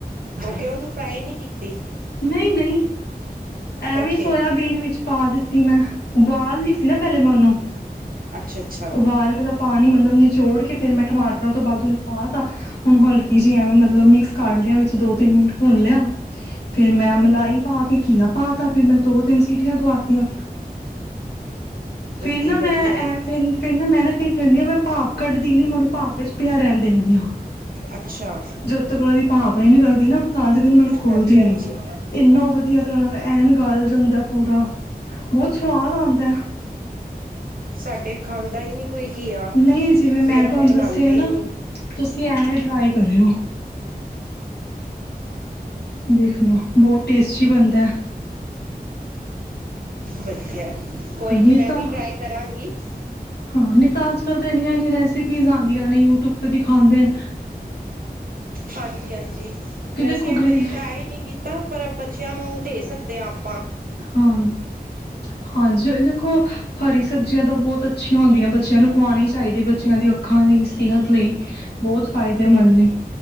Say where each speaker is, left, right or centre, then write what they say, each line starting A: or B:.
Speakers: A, on the right; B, on the left.
A: ਓਕ ਉਹਨੂੰ ਫਰਾਈ ਨਹੀਂ ਕੀਤੀ?
B: ਨਹੀਂ-ਨਹੀਂ, ਐਵੇਂ
A: ਓਕੇ
B: ਸੋਇਆਬੀਨ ਵਿੱਚ ਪਾ ਦਿੱਤਾ ਮੈਂ ਉਬਾਲਦੀ ਸੀ ਨਾ ਪਹਿਲੇ ਮੈਂ ਉਹਨੂੰ,
A: ਅੱਛਾ, ਅੱਛਾ
B: ਉਬਾਲ ਕੇ ਉਹਦਾ ਪਾਣੀ ਮਤਲਬ ਨਿਚੋੜ ਕੇ ਫਿਰ ਮੈਂ ਟਮਾਟਰਾਂ ਤੋਂ ਬਾਅਦ ਉਹਨੂੰ ਪਾ ਤਾ ਹੁਣ ਹਲਕੀ ਜਿਹੀ ਐਵੇਂ ਮ ਮਤਲਬ ਮਿਕਸ ਕਰ ਲਿਆ। ਦੋ ਤਿੰਨ ਮਿੰਟ ਭੁੰਨ ਲਿਆ। ਫੇਰ ਮੈਂ ਮਲਾਈ ਪਾ ਕੇ ਘੀਆ ਪਾ ਤਾ ਫਿਰ ਮੈਂ ਦੋ ਤਿੰਨ ਸੀਟੀਆਂ ਦਵਾਤੀਆਂ, ਫਿਰ
A: ਓਕੇ
B: ਨਾ
A: ਵਧੀਆ
B: ਮੈਂ
A: ਏ।
B: ਫ ਫਿਰ ਨਾ ਮੈਂ ਨਾ ਕ ਖਣੀ ਆ ਮੈਂ ਭਾਪ ਕੱਢਦੀ ਨੀ ਮੈਨੂੰ ਪਾਪ ਵਿੱਚ ਪਿਆ ਰਹਿਣ ਦਿੰਦੀ ਹਾਂ,
A: ਅੱਛਾ
B: ਜਦੋਂ ਤੱਕ ਉਹਨਾਂ ਦੀ ਪਾਫ ਨਹੀਂ ਨਿਕਲਦੀ ਨਾ ਤਾਂ ਤੱਕ ਮੈਨੂੰ ਖੁਲਦੀ
A: ਹਾਂਜੀ, ਹਾਂਜੀ
B: ਨੀ। ਇੰਨਾ ਵਧੀਆ ਤਰ੍ਹਾਂ ਨਾਲ ਐਨ ਗਾਲ ਜਾਂਦਾ। ਪੂਰਾ ਬਹੁਤ ਸਵਾਦ ਆਉਂਦਾ।
A: ਸਾਡੇ ਖਾਂਦਾ ਹੀ ਨੀ ਕੋਈ ਘੀਆ
B: ਨਹੀਂ ਜਿਵੇਂ ਮੈਂ
A: ਫੇਰ ਆਪਾਂ
B: ਤੁਹਾਨੂੰ
A: ਬਣਾਦੇ
B: ਦੱਸਿਆ ਨਾ
A: ਹੀ ਨੀ
B: ਤੁਸੀਂ ਐਵੇਂ ਡਰਾਇੰਗ ਕਰੇਓ, ਦੇਖਣਾ ਬਹੁਤ ਟੇਸਟੀ ਬਣਦਾ।
A: ਵਧੀਆ। ਕੋਈ
B: ਹਾਂ ਨਹੀਂ
A: ਨੀ ਮੈਂ
B: ਤਾਂ
A: ਵੀ ਟਰਾਈ ਕਰਾਂਗੀ। <inaudible> <inaudible>
B: ਨਹੀਂ ਤਾਂ ਅੱਜ ਕੱਲ੍ਹ ਤੇ ਇੰਨੀਆਂ ਇੰਨੀਆਂ ਰੈਸਪੀ ਪੀਜ਼ ਆਉਂਦਿਆਂ ਨੇ ਯੂਟਿਊਬ ਤੇ ਦਿਖਾਉਂਦੇ ਨੇ।
A: ਹਾਂਜੀ-ਹਾਂਜੀ।
B: ਕਿ
A: ਵੈਸੇ
B: ਦੇਖੋ
A: ਇਹ
B: ਗ੍ਰੀ
A: ਕਦੀ ਟਰਾਈ ਨਹੀ ਕੀਤ ਤਾਂ ਪਰ ਬੱਚਿਆਂ ਨੂੰ ਦੇ ਸਕਦੇ ਹਾਂ ਆਪ
B: ਹਾਂ, ਹਾਂਜੀ ਉਹ ਦੇਖੋ, ਹਰੀ ਸਬਜ਼ੀਆਂ ਤਾਂ ਬਹੁਤ ਅੱਛੀਆਂ ਹੁੰਦੀਆਂ ਬੱਚਿਆਂ ਨੂੰ, ਖਵਾਣੀ ਚਾਹੀਦੀ ਹੈ। ਬ ਬੱਚਿਆਂ ਦੀ ਅੱਖਾਂ ਲਈ, ਸਿਹਤ ਲਈ, ਬਹੁਤ ਫਾਇਦੇਮੰਦ ਨੇ।